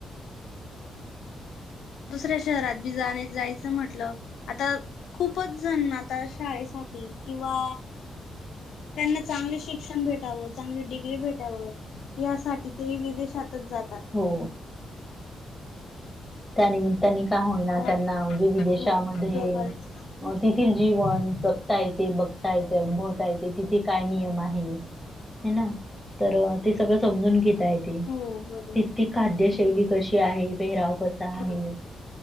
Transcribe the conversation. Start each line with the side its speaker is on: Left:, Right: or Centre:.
Left: दुसऱ्या शहरात बी जाणे जायचं म्हटलं आता खूपच जण आता शाळेसाठी किंवा त्यांना चांगले शिक्षण भेटावं. चांगली डिग्री भेटावं. यासाठी ते विदेशातच जातात.
Centre: हो. त्यानिमित्तानी का होईना
Left: आता
Centre: त्यांना म्हणजे विदेशामध्ये
Left: हो प्रवास
Centre: म तेथील जीवन जगता येते. बघता येते. अनुभवता येते. तिथे काय नियम आहे. हाय ना तर ते सगळं समजून घेत ता येते.
Left: हो बरोबर.
Centre: तिती खाद्यशैली कशी आहे. पेहराव कसा
Left: बरोबर.
Centre: आहे.